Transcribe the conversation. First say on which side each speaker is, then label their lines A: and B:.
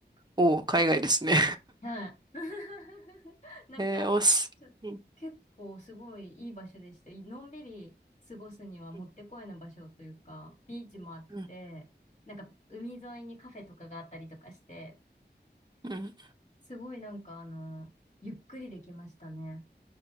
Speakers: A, on the right; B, on the left.
A: おう、海外ですね。
B: はい。<laughs> なんか、
A: <laughs> えー、オース、
B: ちょ、
A: うん
B: 結構すごいいい場所でした。のんびり過ごすにはもってこいの場所というか、
A: うん
B: ビーチもあって、
A: うん
B: なんか海沿いにカフェとかがあったりとかして、
A: うん
B: すごいなんかあの、ゆっくりできましたね。